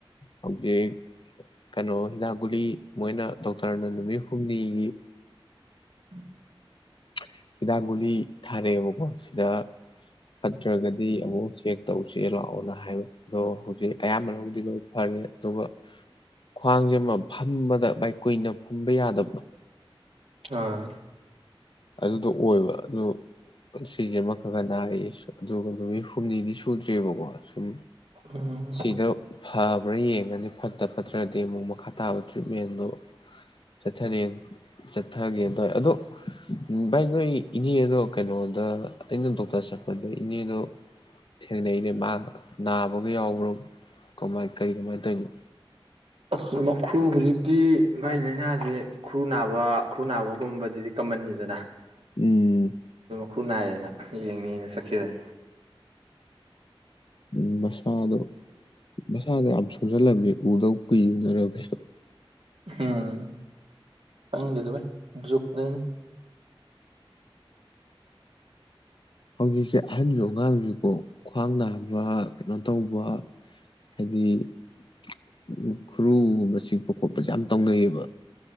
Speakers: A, on the left; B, on the right.
A: ꯍꯧꯖꯤꯛ ꯀꯅꫭ ꯃꯤ ꯃꯣꯏꯅ ꯗꫭꯛ ꯇꯔꯅ ꯅꯨꯃꯤꯠ ꯍꯨꯝꯅꯤꯒꯤ
B: <inaudible>
A: <unintelligible> ꯒꯨꯂꯤ ꯊꯥꯔꯩꯕꯀꯣ ꯁꯤꯗ ꯐꯠꯇ꯭ꯔꯒꯗꯤ ꯑꯃꯨꯛ ꯆꯦꯛ ꯇꯧꯁꯦ ꯂꯥꯛꯑꯣꯅ ꯍꯥꯏꯕ ꯑꯗꯣ ꯍꯧꯖꯤꯛ ꯑꯌꯥꯝꯕꯅꯕꯨꯗꯤ ꯂꯣꯏ ꯐꯔꯦ ꯑꯗꯨꯒ ꯈ꯭ꯋꯥꯡꯖꯦ ꯑꯃ ꯐꯝꯕꯗ ꯕꯥꯏ ꯀꯨꯏꯅ ꯐꯝꯕ ꯌꯥꯗꯕꯗꫭ
B: ꯑ
A: ꯑꯗꯨꯗꯣ ꯑꯣꯏꯕ ꯑꯗꯨ ꯁꯤꯁꯦ ꯑꯃ ꯈꯒ ꯅꯔꯛꯑꯦ ꯑꯗꯨꯒ ꯅꯨꯃꯤꯠ ꯍꯨꯝꯅꯤꯗꯤ ꯁꯨꯗ꯭ꯔꯦꯕꯀꯣ ꯁꯨꯝ
B: ꯎꯝ
A: ꯁꯤꯗ ꯐꯕ꯭ꯔꯥ ꯌꯦꯡ ꯉꯅꯤ ꯐꯠꯇ ꯐꯠꯇ꯭ꯔꯗꯤ ꯑꯃꯨꯛ ꯃꯈꯥ ꯇꯥꯕ ꯇ꯭ꯔꯤꯠꯃꯦꯟꯗꯨ ꯆꯠꯊꯔꯦ ꯆꯠꯊꯒꯦꯅ ꯇꯧꯋꯦ ꯑꯗꯨ ꯚꯥꯏ ꯅꯣꯏ ꯏꯅꯦꯗꯣ ꯀꯩꯅꯣꯗ ꯑꯩꯅ ꯗꯣꯛꯇꯔ ꯆꯠꯄꯗ ꯏꯅꯦꯗꯣ ꯊꯦꯡꯅꯩꯅꯦ ꯃꯥ ꯅꯥꯕꯒ ꯌꯥꯎꯕ꯭ꯔꯣ ꯀꯃꯥꯏ ꯀꯔꯤ ꯀꯃꯥꯏꯅ ꯇꯧꯔꯤꯅꯣ
B: ꯑꯁ ꯋꫭꯏꯃ ꯍꯧꯖꯤꯛꯇꯤ ꯚꯥꯏ ꯂꯥꯏꯅꯥꯖꯦ <unintelligible> ꯈꯨꯔꯨ ꯅꯥꯕ ꯈꯨꯔꯨ ꯅꯥꯕꯒꯨꯝꯕꯖꯤꯗꯤ ꯀꯃꯟꯅꯤꯗꯅ
A: ꯎꯝ
B: ꯈꯨꯅꯥꯏꯌꯦꯅ ꯌꯦꯡꯅꯤꯅ ꯆꯠꯈꯤꯕꯅꯦ
A: ꯎꯝ ꯃꯁꯥꯗꯣ ꯃꯁꯥꯗꯣ ꯌꯥꯝ ꯁꯣꯟꯖꯜꯂꯝꯃꯤ ꯎꯗꯕ ꯀꯨꯏꯕꯅꯔ ꯀꯩꯅꫭ
B: ꯎꯝ ꯈꯪꯗꯦꯗ ꯕꯥꯏ ꯖꯨꯛꯅꯦꯅ
A: ꯍꯧꯖꯤꯛꯁꯦ ꯑꯍꯟꯖꯨ ꯑꯉꯥꯡꯖꯨꯀꯣ ꯈ꯭ꯋꯥꯡ ꯅꯥꯕ ꯀꯩꯅꯣ ꯇꯧꯕ ꯍꯥꯏꯗꯤ <inaudible> ꯈꯨꯔꯨꯒꯨꯝꯕ ꯆꯤꯛꯄ ꯈꯣꯠꯄꯁꯦ ꯌꯥꯝ ꯇꯧꯅꯩꯌꯦꯕ